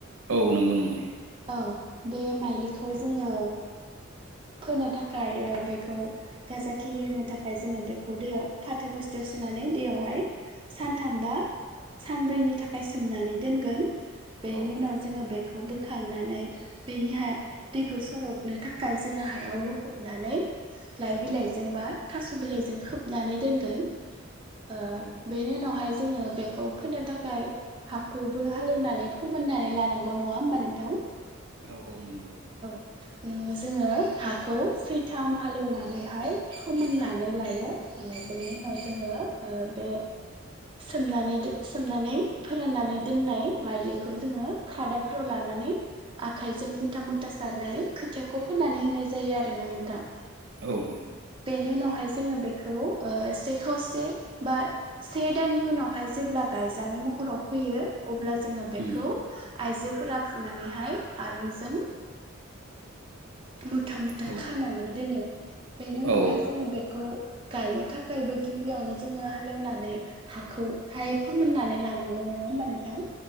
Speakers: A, on the right (about 75°); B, on the right (about 25°).
A: औ नंगौ नंगौ
B: औ बे माइलिखौ जोङो फोनो थाखाय ओ बेखौ गाजा खिलि होनो थाखाय जोङो बेखौ दैयाव फाथो बस्थायाव सोनानै दैयावहाय सानथामबा सानब्रैनि थाखाय सोमनानै दोनगोन बेनि
A: औ
B: उनाव जोङो बेखौ बो खांनानै बेनि हाया दैखौ सरबनो थाखाय जोङो हायाव लखबनानै लाइ बिलाइजों
A: उम उम
B: बा थास' बिलाइजों खोबनानै दोनगोन ओ
A: औ
B: बेनि उनावहाय जोङो बे खौ फोनो थाखाय हाखौबो हालेवनानै फोमोननानै लानांगौ नङा होमबा नोंथां
A: औ औ नंगौ
B: ओ जोङो हाखौ सैथाम हालेवनानैहाय फोमोननानै लायो ओ बेनि उनाव जोङो ओ बे सोमनानै दो सोमनानै फोराननानै दोननाय माइलिखौ जोङो खादाफोराव लानानै आखाइजों मुथा मुथा सारनानै खोथियाखौ फोनानै होनाय जायो आरोना नोंथां
A: औ औ
B: नि उनावहाय जोङो बेखौ ओ से खावसे बा से दाननि उनावहाय जेब्ला गा जानाय महराव फैयो अब्ला जोङो बेखौ
A: उम
B: आइजोफोरा फुनानैहाय आरुमजों मुथा मुथा
A: औ
B: खानानै दोनो बेनि उनावहाय
A: औ
B: जोङो बेखौ गायनो थाखायबो गिबियावनो जोङो हालेवनानै हाखौहाय फोमोननानै लानांगौमोन नंङा होमबा नोंथां